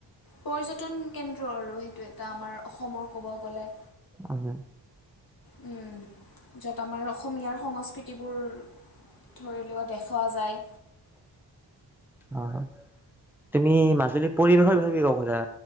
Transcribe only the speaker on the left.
পৰ্যটন কেন্দ্ৰ আৰু সে সেইটো এটা আমাৰ অসমৰ ক'ব গ'লে,
উম য'ত আমাৰ অসমীয়াৰ সংস্কৃতি তিবোৰ, ধৰি লোৱা দেখুৱা যায়।